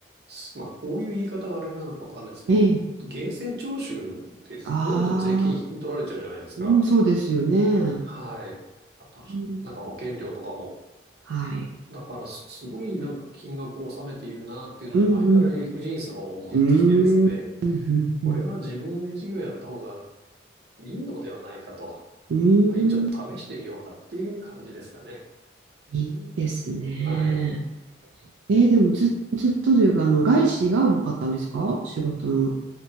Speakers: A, on the right; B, on the right.
A: すまあこういう言い方があれなのかわかんないですけど、
B: ええ
A: 源泉徴収ってどんどん税金取られちゃうじゃないですか。
B: ああー、うん、そうですよね。
A: はい。あと、
B: うん
A: なんか保険料とかも。
B: はい。
A: だからすごいなんか金額を納めているなっていうのに前から理不尽さを持ってきてですね、
B: うんうん。うーん。うんうん
A: これは自分で事業やった方がいいのではないかと、
B: うん。うーん。
A: まあ一応試してみようかっていう感じですかね。
B: いいですね。
A: はい。
B: えー、でもず、ずっとというか、あの、外資が多かったんですか仕事の。